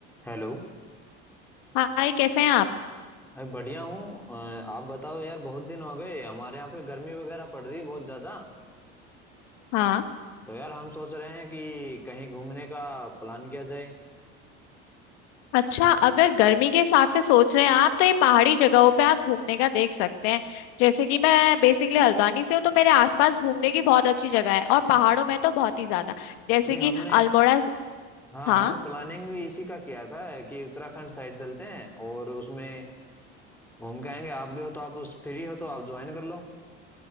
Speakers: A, in the centre; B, on the left.
A: हेलो
B: हाय कैसे हैं आप
A: अरे बढ़िया हूँ अ, आप बताओ यार बहुत दिन हो गए हमारे यहाँ पे गर्मी वगैरह पड़ रही है बहुत ज्यादा
B: हाँ
A: तो यार हम सोच रहे हैं कि कहीं घूमने का प्लान किया जाए
B: अच्छा अगर गर्मी के हिसाब से सोच रहे हैं आप तो ये पहाड़ी जगहों पे आप घूमने का देख सकते हैं जैसे कि मैं बेसिकली हल्द्वानी से हूँ तो मेरे आसपास घूमने की बहुत अच्छी जगह है और पहाड़ों में तो बहुत ही ज्यादा जैसे
A: अरे
B: कि
A: हमने
B: अल्मोड़ा
A: हाँ
B: हाँ
A: हमने प्लानिंग भी इसी का किया था कि उत्तराखंड साइड चलते हैं और उसमें घूम के आएंगे आप भी हो तो आप उस फ्री हो तो आप ज्वाइन कर लो